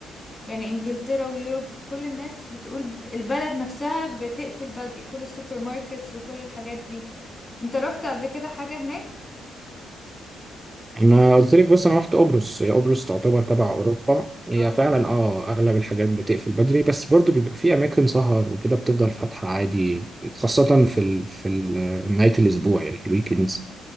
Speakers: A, on the left; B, on the right.
A: يعني انجلترا ويوروب كل الناس بتقول البلد نفسها بتقفل بدري كل السوبر ماركتس وكل الحاجات دي انت رحت قبل كده حاجة هناك؟
B: انا قلت لك بس انا رحت قبرص هي قبرص تعتبر تبع اوروبا هي
A: اه
B: فعلا اه اغلب الحاجات بتقفل بدري بس برضو بيبقى في اماكن سهر وكده بتفضل فاتحه عادي خاصه في ال... في ال- نهايه الاسبوع يعني في الويكندز